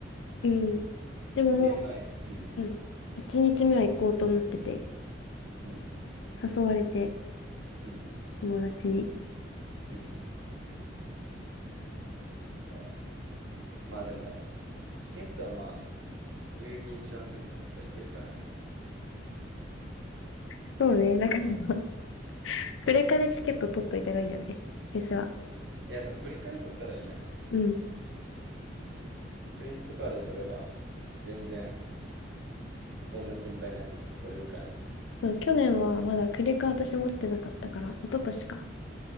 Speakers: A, on the left; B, on the right.
A: うん。でもも
B: 2年前、うん、
A: う、うん。一日目は行こうと思ってて、
B: うん、
A: 誘われて、
B: うん、うん、
A: 友達に。
B: うん。そう、だから、まあでも、チケットはまあ、入金し忘れへんかったらいけるから。
A: そうね。だから、<laughs> クレカでチケット取っといた方がいいよね。フェスは。
B: いや、そう、クレカで取ったらいいやん。
A: うん。
B: 確かにクレジットカードで取れば、全然、そんな心配なく取れるからね。
A: そう、去年はまだクレカ私持ってなかったから、一昨年か。